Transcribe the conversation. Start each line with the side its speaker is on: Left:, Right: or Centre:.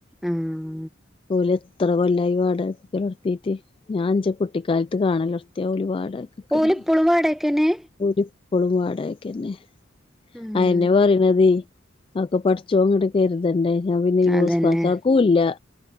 Centre: ആഹ്
Left: ഓല് എത്ര കൊല്ലായി വാടകയക്ക് നിക്കല് ലോടത്തീട്ട് ഞാൻ ന്റെ കുട്ടിക്കാലത്ത് കാണലൊട്ത്യാ ഓല് വാടകക്ക് നിക്കണത്
Centre: ഓല് ഇപ്പളും വാടകക്കെന്നെ
Left: ഓല് ഇപ്പളും വാടകക്കെന്നെ
Centre: ഉം
Left: ആന്നെ പറയണതേ ആക്കെ പഠിച്ചോൻ ങ്ങട്ട് കരുതണ്ടേ ന്നാ പിന്നെ യൂസ്ഫാക്കാക്കുംല്ല
Centre: അതന്നെ